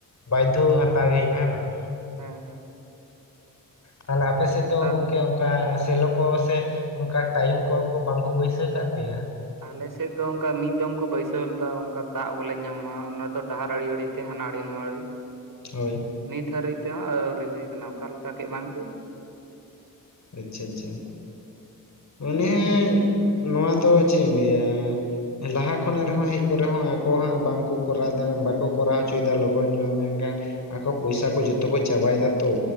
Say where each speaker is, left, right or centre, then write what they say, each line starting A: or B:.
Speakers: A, on the left; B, on the right.
A: ᱵᱟᱭᱫᱷᱚ ᱦᱟᱛᱟᱣ ᱜᱮ ᱦᱩᱭᱩᱜ-ᱟ᱾ᱦᱮᱸ ᱵᱟᱝ
B: ᱦᱮᱸ ᱦᱩᱸ
A: ᱛᱟᱦᱚᱞᱮ ᱟᱯᱮ ᱥᱮᱫ
B: ᱱᱮᱛᱟᱨ
A: ᱫᱚ ᱜᱚᱢᱠᱮ ᱚᱱᱠᱟ ᱥᱮᱞᱚ ᱠᱚ ᱥᱮ ᱚᱱᱠᱟ ᱴᱟᱭᱤᱢ ᱠᱚᱞ ᱠᱚ ᱵᱟᱝ ᱠᱚ ᱵᱟᱹᱭᱥᱟᱹᱣ ᱟᱠᱟᱫ ᱯᱮᱭᱟ
B: ᱟᱞᱮᱥᱮᱫ ᱫᱚ ᱚᱱᱠᱟ ᱢᱤᱫ ᱫᱚᱢ ᱠᱚ ᱵᱟᱹᱭᱥᱟᱹᱣ ᱞᱮᱫᱟ, ᱚᱱᱠᱟ ᱫᱟᱜ ᱵᱚᱞᱮ ᱧᱟᱢᱚᱜᱟ ᱚᱱᱟ ᱫᱚ ᱰᱟᱦᱟᱨ ᱟᱲᱤ ᱟᱲᱤ ᱛᱮ᱾ ᱦᱟᱱᱟ ᱟᱹᱲᱤ, ᱱᱚᱣᱟ ᱟᱹᱲᱤ
A: ᱦᱳᱭ᱾
B: ᱱᱤᱛ ᱦᱟᱹᱨᱤᱡ ᱛᱮᱦᱚᱸ ᱟᱹᱣᱨᱤ ᱦᱩᱭ ᱠᱟᱱᱟ᱾ ᱚᱠᱟ ᱞᱮᱠᱟ ᱠᱮ ᱵᱟᱝᱠᱩ?
A: ᱟᱪᱪᱷᱟ ᱟᱪᱪᱷᱟ, ᱚᱱᱮ ᱱᱚᱣᱟ ᱫᱚ ᱪᱮᱫ ᱤᱧ ᱞᱟᱹᱭᱟ? ᱞᱟᱦᱟ ᱠᱷᱚᱱᱟᱜ ᱨᱮᱦᱚᱸ ᱦᱮᱡ ᱠᱚᱨᱮ ᱦᱚᱸ ᱟᱠᱚ ᱦᱟᱸᱜ ᱵᱟᱝᱠᱚ ᱠᱚᱨᱟᱣ ᱫᱟ᱾ᱵᱟᱠᱚ ᱠᱚᱨᱟᱣ ᱦᱚᱪᱚᱭ ᱫᱟ ᱞᱚᱜᱚᱱ ᱧᱚᱜ ᱢᱮᱱᱠᱷᱟᱱ ᱟᱠᱚ ᱯᱚᱭᱥᱟ ᱠᱚ ᱡᱚᱛᱚ ᱠᱚ ᱪᱟᱵᱟᱭ ᱫᱟ ᱛᱚ